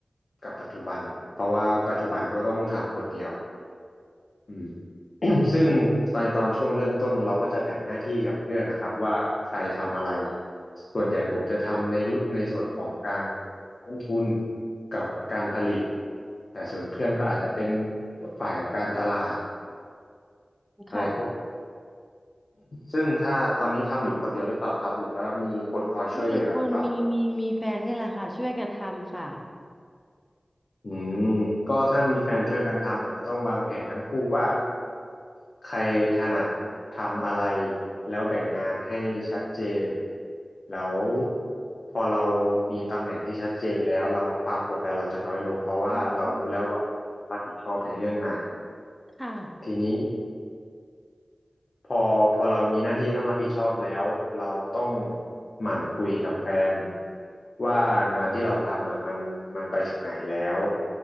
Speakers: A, on the left (about 65°); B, in the centre.
A: กับปัจจุบันเพราะว่าปัจจุบันก็ต้องทำคนเดียว อืม <clears throat> ซึ่งในตอนช่วงเริ่มต้นเราก็จะแบ่งหน้าที่กับเพื่อนนะครับว่าใครทำอะไรส่วนใหญ่ผมจะทำในรุ่นในส่วนของการลงทุนกับการผลิตแต่ส่วนเพื่อนก็อาจจะเป็นฝ่ายการตลาดอะไรพวก
B: ค่ะ
A: ซึ่งถ้าตอนนี้ทำอยู่คนเดียวหรือเปล่าครับหรือว่ามีคนคอยช่วยเหลือหรือเปล่า
B: นี่คนมีมีมีแฟนนี่แหละค่ะช่วยกันทำค่ะ
A: อืมก็ถ้ามีแฟนช่วยกันทำอาจจะต้องวางแผนทั้งคู่ว่าใครถนัดทำอะไรแล้วแบ่งงานให้ชัดเจนแล้วพอเรามีตำแหน่งที่ชัดเจนแล้วเราความกดดันเราจะน้อยลงเพราะว่าเรารู้แล้วว่า
B: อือฮึ
A: รับผิดชอบในเรื่องไหน
B: ค่ะ
A: ทีนี้ พอพอเรามีหน้าที่ต้องรับผิดชอบแล้วเราต้องหมั่นคุยกับแฟนว่างานที่เราทำอ่ะมันมันไปถึงไหนแล้ว